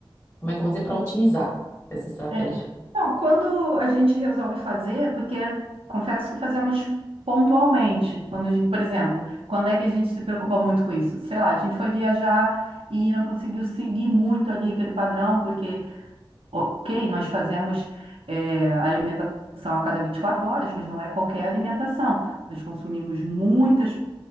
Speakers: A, on the left (about 25°); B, on the right (about 75°).
A: como é que eu vou dizer? Para otimizar essa estratégia.
B: É. Não, quando a gente resolve fazer, porque confesso que fazemos pontualmente, quando a gente, por exemplo, quando é que a gente se preocupa muito com isso? Sei lá, a gente foi viajar e não conseguiu seguir muito ali aquele padrão, porque Ok, nós fazemos eh, alimentação a cada 24 horas, mas não é qualquer alimentação. Nós consumimos muitas,